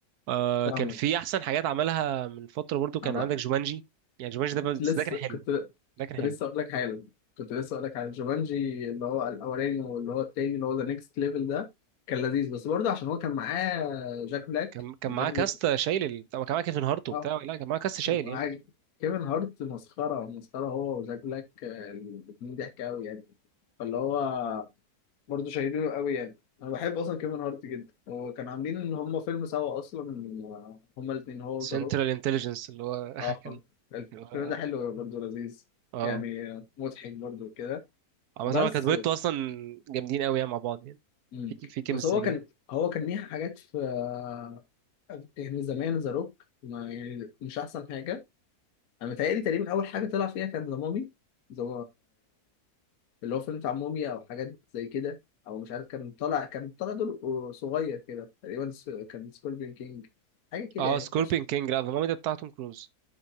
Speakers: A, on the right (about 75°); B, on the left (about 65°).
A: آه
B: فاهمك
A: كان في احسن حاجات عملها من فتره برضو كان
B: انا بقى
A: عندك جومانجي يعني جومانجي ده بس
B: كنت لسه
A: ده كان حلو
B: كنت
A: ده كان
B: كنت
A: حلو
B: لسه اقول لك حالا كنت لسه اقول لك على جومانجي اللي هو الاولاني واللي هو التاني اللي هو ذا نيكست ليفل ده كان لذيذ بس برضه عشان هو كان معاه جاك بلاك
A: كان كان
B: وجاك
A: معاه
B: بلاك
A: كاست شايل ال- طب كان معاه كيفن هارت وبتاع
B: اه
A: لا كان معاه كاست شايل
B: معاك.
A: يعني
B: كيفن هارت مسخرة مسخرة هو وزاك بلاك آه، الاتنين ضحك أوي يعني فاللي هو برضه شايلينه أوي يعني أنا بحب أصلا كيفن هارت جدا وكانوا عاملين إن هما فيلم سوا أصلا آه، هما الاتنين هو
A: سنترال
B: وذا روك
A: انتليجنس اللي هو <laughs>
B: اه
A: كان
B: الفيلم
A: اللي هو-
B: ده حلو برضه لذيذ
A: اه
B: يعني آه، مضحك برضه كده
A: عامة
B: بس
A: هو كانت دويتو اصلا جامدين قوي يعني مع بعض يعني
B: مم.
A: في في كيمستري
B: بس هو
A: كده
B: كان هو كان ليه حاجات في آه، يعني زمان ذا روك ما يعني مش أحسن حاجة أنا متهيألي تقريبا أول حاجة طلع فيها كان ذا مامي ذا اللي هو فيلم بتاع موميا او حاجات زي كده او مش عارف كان طالع كان طالع دور آه، صغير كده تقريبا س- كان سكوربين كينج حاجه كده
A: اه
B: يعني
A: سكوربين
B: ما كانش
A: كينج لا ذا مامي ده بتاع توم كروز